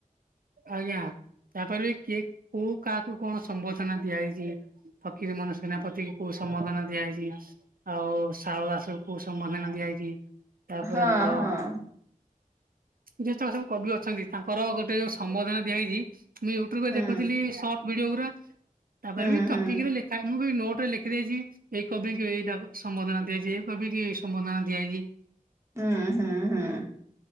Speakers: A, on the right; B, on the right.
A: ଆଜ୍ଞା, ତାପରେ ବି କିଏ କୋଉ କାହାକୁ କଣ ସମ୍ବଥନା ଦିଆ ହେଇଚି। ଫକୀର ମୋହନ ସେନାପତିଙ୍କି କୋଉ ସମ୍ବଧନା ଦିଆଯାଇଛି ଆଉ ଶାରଳା ଦାସଙ୍କୁ କୋଉ ସମ୍ବଧନା ଦି ଦିଆହେଇଛି ତାପରେ
B: ହଁ
A: ଆମର
B: ହଁ
A: ଯେ ସବୁ <inaudible> କବି ଅଛନ୍ତି ତାଙ୍କର ଗୋଟେ ଯୋଉ ସମ୍ବଧନା ଦିଆହେଇଛି। ମୁଁ ୟୁଟ୍ୟୁବରେ
B: ହୁଁ
A: ଦେଖୁଥିଲି ସଟ ଭିଡିଓଗୁରା ତାପରେ
B: ହୁଁ
A: ବି ଟପିକରେ
B: ହୁଁ
A: ଲେଖା ମୁଁ ବି ନୋଟ୍ ଗୋଟେ ଲେଖିଦେଇଛି ଏଇ କବିକି ଏଇଟା ସମ୍ବଧନା ଦିଆଯାଇଛି ଏଇ କବିକି ଏଇ ସମ୍ବଧନା ଦିଆହେଇଛି।
B: ହୁଁ -ହୁଁ- ହୁଁ।